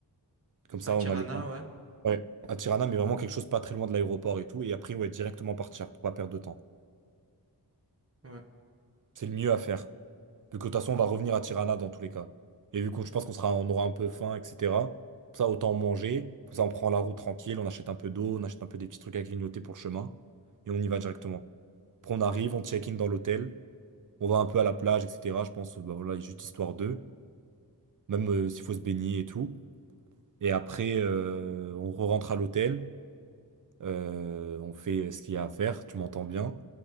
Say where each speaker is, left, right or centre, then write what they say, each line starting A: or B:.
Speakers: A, on the right; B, on the right.
A: comme ça
B: À Tirana,
A: on a le temps.
B: ouais.
A: Ouais, à Tirana, mais vraiment quelque chose pas très loin de l'aéroport et tout, et après, ouais, directement partir pour pas perdre de temps.
B: Ouais,
A: C'est le mieux à faire. Vu que de toute façon, on va revenir à Tirana dans tous les cas. Et vu que je pense qu'on sera, on aura un peu faim, etc. Pour ça, autant manger. Comme ça, on prend la route tranquille, on achète un peu d'eau, on achète un peu des petits trucs à grignoter pour le chemin. Et on y va directement. Après, on arrive, on check-in dans l'hôtel. On va un peu à la plage, etc. Je pense, bah voilà, juste histoire d'eux. Même euh, s'il faut se baigner et tout. Et après, euh, on re-rentre à l'hôtel. Euh, on fait ce qu'il y a à faire, tu m'entends bien.